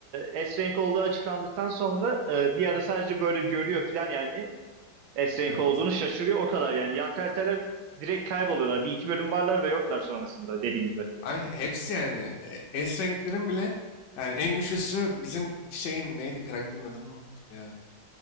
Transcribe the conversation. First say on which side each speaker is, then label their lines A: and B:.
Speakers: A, on the right; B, on the left.
A: e, S-Rank olduğu açıklandıktan sonra e, bir ara sadece böyle görüyor falan yani. Esrenk'i
B: Evet.
A: olduğunu şaşırıyor. O kadar yani. Yan karakterler direkt kayboluyorlar. Bir iki bölüm varlar ve yoklar sonrasında dediğin gibi.
B: Abi hepsi yani e, S renklerin bile yani en güçlüsü bizim şeyin neydi karakterin adını unuttum ya.